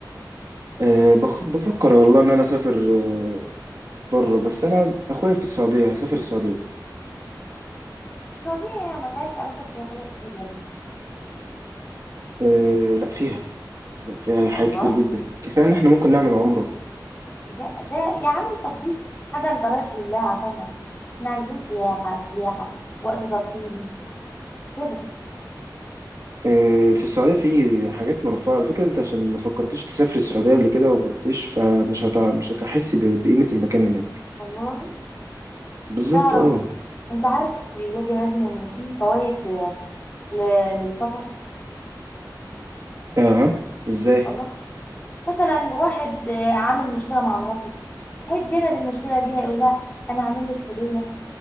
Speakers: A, on the right; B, on the left.
A: أه بخ... بفكر والله إن أنا أسافر أه بره بس أنا أخويا في السعودية هسافر السعودية
B: السعودية ما فيهاش أماكن سياحية كتير يا ابني
A: أه لا فيها لا فيها حاجات
B: الله
A: كتير جدا كفاية إن إحنا ممكن نعمل عمرة
B: بجد- ده يا عمي طب دي حاجة أنت رايح لله عشانها احنا عايزين سياحة سياحة وقت ترفيهي كده
A: أه في السعودية في حاجات مرفوعة على فكرة أنت عشان ما فكرتش تسافر السعودية قبل كده وما رحتيش فمش هت... مش هتحس ب... بقيمة المكان هناك
B: والله
A: بالظبط
B: تعرف
A: أه
B: أنت عارف يا دي مازن إن في فوائد ل- للسفر
A: أه إزاي
B: والله مثلا واحد آه، عامل مشكلة مع مراته هيتجنب المشكلة دي هيقول لها أنا عامل لك هدية